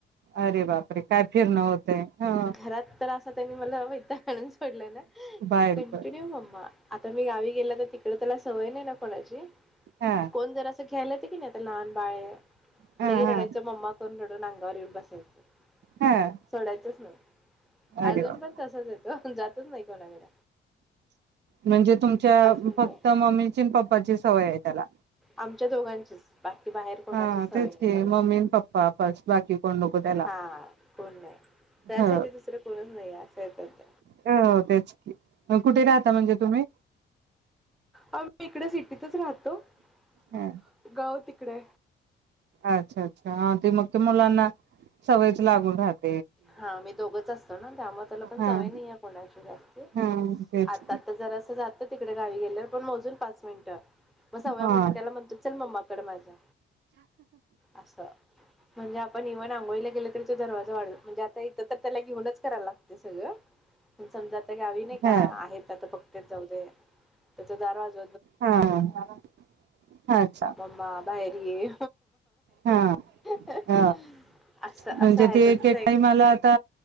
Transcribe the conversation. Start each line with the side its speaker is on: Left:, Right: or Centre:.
Right: अरे बापरे काय फिर नव्हते हा
Centre: घरात तर असं त्यांनी मला वैताग आणून सोडलंय ना.
Right: बाहेर
Centre: ह कंटिन्यू
Right: पण.
Centre: मम्मा. आता मी गावी गेल तर तिकडे तेला.. सवय नाही ना कोणाची
Right: हां,
Centre: कोण जरा घ्यायला येते की नाय आता लहान बाळ ये
Right: हां,
Centre: लय
Right: हां,
Centre: रडायच मम्मा करून रडून अंगावर येऊन बसायचं
Right: हां.
Centre: सोडायचंच न
Right: अरे
Centre: अजून
Right: वा!
Centre: पण तसच येतो जात तच नाय कोणाकड
Right: म्हणजे तुमच्या
Centre: मिनिटं
Right: फक्त
Centre: आहे
Right: मम्मीची पप्पाची सवय आहे त्याला
Centre: आमच्या दोघांचीच बाकी बाहेर कोणाची
Right: हा
Centre: सवय
Right: तेच
Centre: नाही
Right: कि
Centre: त्याला
Right: मम्मी पप्पा फस्ट बाकी कोन नको त्याला.
Centre: हा कोण नाही त्यासाठी
Right: हो,
Centre: दुसरं कोणच नाही असं आहे त्यांच
Right: हो तेच की. मग कुठे राहता म्हणजे तुम्ही?
Centre: आम्ही इकडे सिटीतच राहतो. त
Right: हां,
Centre: गावती इकडे
Right: अच्छा अच्छा हा ते मग ते मुलांना सवयच लागून राहत
Centre: हा आम्ही दोघच असतो ना त्यामुळे त्याला पण
Right: हां,
Centre: सवय नाही आहे कोणाची जास्
Right: हां, तेच.
Centre: आता आता जरा अस जात तिकडे गावी गेल्या पण मोजून पाच मिनिटं मग सव्व्या
Right: हां,
Centre: मिनिटाला म्हणतो चल मम्माकड माझा असं म्हणजे आपण इव्ह आंघोळीला गेलो तरी तो दरवाजा वाढव म्हणजे आता इथं तर त्याला घेऊनच करायला लागतय सगळं पण समजा गावी नाय का
Right: हां.
Centre: आहेत आता बघ तेच जाऊदे त्याचा दार वाज
Right: हा हा अच्छा
Centre: मम्मा बाहेर ये
Right: हा
Centre: <unintelligible>
Right: ह
Centre: <inaudible> असं असं
Right: म्हणजे
Centre: आहेत
Right: ते
Centre: आधी
Right: एक एक टाइमाला आता